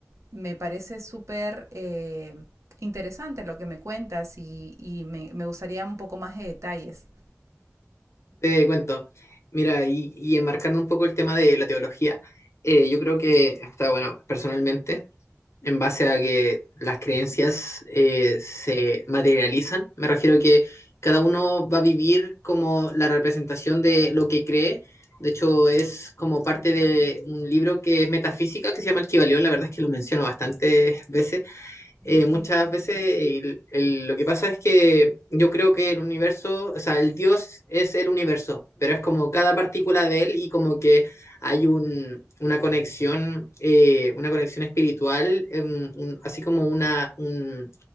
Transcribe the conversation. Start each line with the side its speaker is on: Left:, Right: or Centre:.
Right: me parece súper eh, interesante lo que me cuentas y, y me, me, gustaría un poco más de detalles.
Left: Te cuento. Mira, y, y enmarcando un poco el tema de la teología, eh, yo creo que está bueno, personalmente. en base a que las creencias eh, se materializan. Me refiero a que cada uno va a vivir como la representación de lo que cree. De hecho, es como parte de un libro que es metafísica, que se llama El Kybalión. La verdad es que lo menciono bastantes veces eh,
Right: Uh
Left: muchas
Right: -huh.
Left: veces el- el- lo que pasa es que yo creo que el universo, o sea, el Dios es el universo, pero es como cada partícula de él y como que hay un, una conexión, eh, una conexión espiritual, em, un- así como una, un-